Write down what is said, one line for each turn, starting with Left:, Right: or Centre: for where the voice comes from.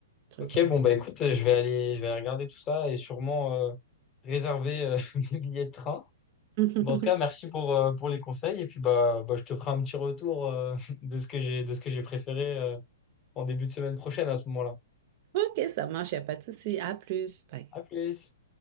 Right: truc.
Left: Ok,
Right: quoi.
Left: bon,
Right: Bon.
Left: bah écoute, je vais aller, je vais aller regarder tout ça et sûrement euh, réserver euh, <laughs> mes billets de train.
Right: <laughs>
Left: Bon, en tout cas, merci pour, euh, pour les conseils. Et puis, bah, bah, je te ferai un petit retour euh, <laughs> de ce que j'ai, de ce que j'ai préféré euh, en début de semaine prochaine à ce moment-là.
Right: Ok, ça marche, il a pas de souci. À plus. Bye.
Left: À plus!